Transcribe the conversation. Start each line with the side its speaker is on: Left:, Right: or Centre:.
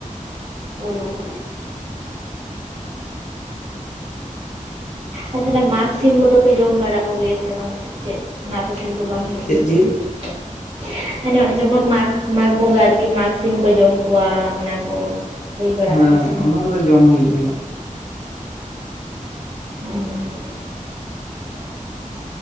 Right: ᱳ ᱟᱨ ᱛᱟᱦᱚᱞᱮ ᱢᱟᱜᱽ ᱥᱤᱢ ᱠᱚᱫᱚᱯᱮ ᱡᱚᱢ ᱵᱟᱲᱟ ᱠᱚᱜᱮᱭᱟ ᱥᱮ ᱵᱟᱝ ᱪᱮᱜ? ᱚᱱᱟ ᱟᱯᱮ ᱥᱮᱱ ᱫᱚ ᱵᱟᱝ ᱦᱳᱭᱳᱜ
Left: ᱪᱮᱫ
Right: <unintelligible>
Left: ᱡᱤᱞ
Right: ᱟᱱᱮ ᱡᱮᱢᱚᱱ ᱢᱟᱜᱽ ᱢᱟᱜᱽ ᱵᱚᱸᱜᱟ ᱟᱨᱠᱤ ᱢᱟᱜᱽ ᱥᱤᱢ ᱠᱚ ᱡᱚᱢ ᱠᱚᱣᱟ, ᱚᱱᱟ ᱠᱚ ᱾ ᱦᱳᱭ ᱵᱟᱲᱟᱜ
Left: ᱦᱮᱸ
Right: ᱜᱤᱭᱟ ᱥᱮ ᱵᱟᱝ?
Left: ᱚᱱᱟ ᱠᱚᱫᱚ ᱡᱚᱢ ᱦᱳᱭᱳᱜ ᱜᱮ
Right: <inaudible>